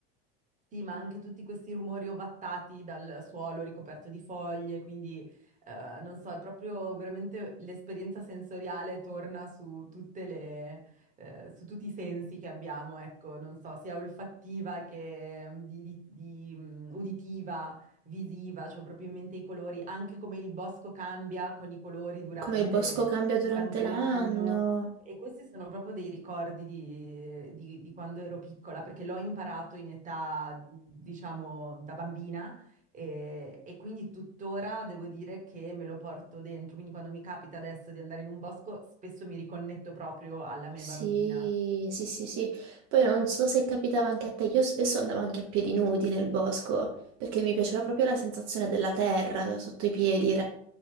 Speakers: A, on the right; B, on the right.
A: Sì, ma anche tutti questi rumori ovattati dal suolo ricoperto di foglie, quindi eh, non so, è proprio veramente l'esperienza sensoriale torna su tutte le, eh, su tutti i sensi che abbiamo, ecco, non so, sia olfattiva che mm, di, di- di, mm, uditiva, visiva, cioè proprio in mente i colori, anche come il bosco cambia con i colori durante
B: come il bosco cambia durante
A: durante
B: l'anno.
A: l'anno. E questi sono proprio dei ricordi di, di- di quando ero piccola, perché l'ho imparato in età, diciamo, da bambina e, e quindi tuttora devo dire che me lo porto dentro. Quindi quando mi capita adesso di andare in un bosco, spesso mi riconnetto proprio alla me
B: Sì,
A: bambina.
B: sì, sì, sì. Poi non so se capitava anche a te, io spesso andavo anche a piedi nudi nel bosco, perché mi piaceva proprio la sensazione della terra sotto i piedi,